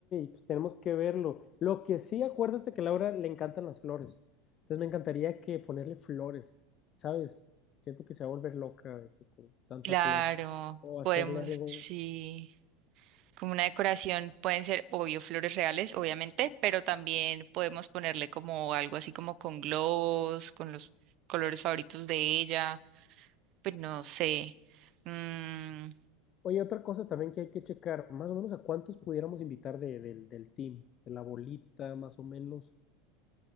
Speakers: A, on the left; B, on the right.
A: pues tenemos que verlo. Lo que sí, acuérdate que a Laura le encantan las flores. Entonces me encantaría que ponerle flores, ¿sabes? Siento que se va a volver loca de que con tanta
B: Claro,
A: flor. O hacerle
B: podemos,
A: algo.
B: sí, como una decoración pueden ser, obvio, flores reales, obviamente, pero también podemos ponerle como algo así como con globos, con los colores favoritos de ella, pues no sé. Mm,
A: Oye, otra cosa también que hay que checar, más o menos a cuántos pudiéramos invitar de- del del team, de la bolita, más o menos.